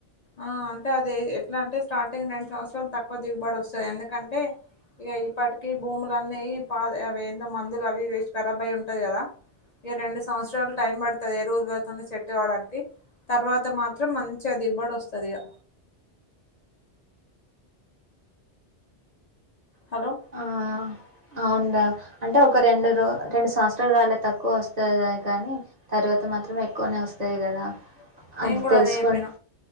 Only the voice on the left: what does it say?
ఆ అంటే అది ఎట్లా అంటే స్టార్టింగ్ రెండు సంవత్సరాలు తక్కువ దిగుబడి వస్తది ఎందుకంటే ఇగ ఇప్పటికీ భూములన్నీ పా అవి ఏందో మందులు అవి ఇవి వేసి కరబై ఉంటాయి కదా ఇగ రెండు సంవత్సరాలు టైం పడుతాది ఎరువురుతుని సెట్టు కావడానికి తర్వాత మాత్రం మంచిగా దిగుబడి వస్తది ఇగ హలో
నేను
కూడా
అదే చెప్పిన